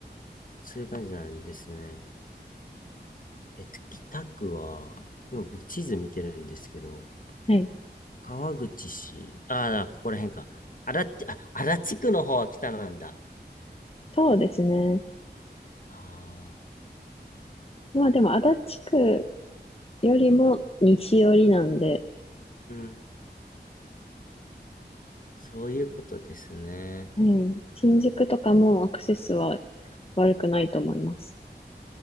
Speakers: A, on the left; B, on the left.
A: そういう感じなんですね。えっと、北区は、今僕地図見てるんですけど、
B: はい。
A: 川口市、ああ、ここら辺か。荒立あ、荒地区の方は北なんだ。
B: そうですね。
A: ああ、
B: まあでも、
A: そう
B: 足立区よりも西寄りなんで、
A: うん。そういうことですね。
B: はい、新宿とかもアクセスは悪くないと思います。